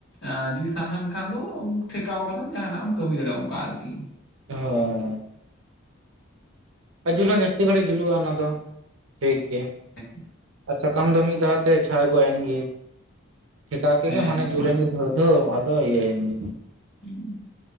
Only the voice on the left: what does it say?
ᱟᱸ ᱡᱩᱫᱤ ᱥᱟᱦᱟᱱ ᱠᱷᱟᱱ ᱫᱚ ᱟᱢ ᱴᱷᱮᱠᱟᱣ ᱠᱟᱫᱟᱢ ᱡᱟᱦᱟᱱᱟᱜ ᱮᱢ ᱠᱟᱹᱢᱤ ᱫᱟᱲᱮᱭᱟᱜᱼᱟ ᱚᱱᱠᱟ ᱟᱨᱠᱤ᱾
<inaudible>
ᱦᱮᱸ
ᱢᱟ
ᱦᱩᱸ᱾